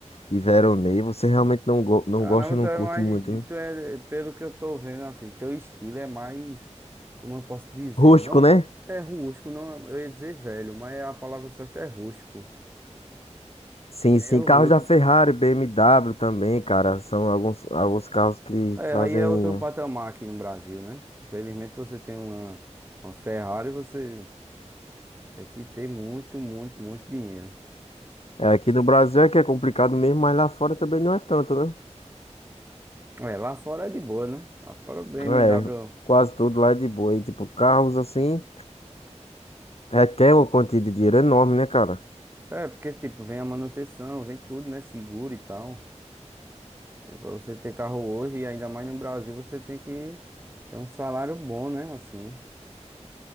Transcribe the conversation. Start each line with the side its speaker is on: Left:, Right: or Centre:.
Left: de Veronei. Você realmente não, go- não
Right: Caramba,
Left: gosta, não
Right: tu é
Left: curte
Right: mais.
Left: muito, né?
Right: Tu é, é pelo que eu tô vendo, assim, teu estilo é mais. Como eu posso dizer?
Left: Rústico,
Right: Não
Left: né?
Right: é rústico, não, eu ia dizer velho, mas a palavra certa é rústico.
Left: Sim,
Right: Meio
Left: sim. Carros
Right: rústico.
Left: da Ferrari, BMW também, cara. São alguns, alguns carros que
Right: É,
Left: trazem.
Right: aí é outro patamar aqui no Brasil, né? Infelizmente você tem uma, uma Ferrari, você tem que ter muito, muito, muito dinheiro.
Left: É, aqui no Brasil é que é complicado mesmo, mas lá fora também não é tanto, né?
Right: É, lá fora é de boa, né? Lá fora o BMW.
Left: É, quase tudo lá é de boa. E, tipo, carros assim, requer uma quantia de dinheiro enorme, né, cara?
Right: É, porque tipo, vem a manutenção, vem tudo, né? Seguro e tal. É para você ter carro hoje, e ainda mais no Brasil, você tem que ter um salário bom, né? Assim.